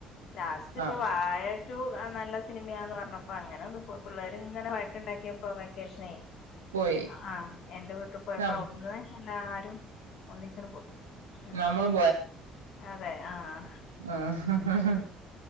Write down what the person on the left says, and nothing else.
ലാസ്റ്റ്പ്പൊ
വാഴ റ്റൂ ആഹ് നല്ല സിനിമയാന്ന് പറഞ്ഞപ്പോ അങ്ങനെ ഒന്ന് പോ പിള്ളേര്ങ്ങനെ വയക്ക്‌ണ്ടാക്കിയപ്പോ വെക്കേഷ്നെ
ആഹ് ആഹ് എന്റെ വീട്ടി പോയപ്പോ
അവിട്ന്ന് എല്ലാരും ഒന്നിച്ചെങ്ങ്ട് പോയി ഉം
അതെ ആഹ്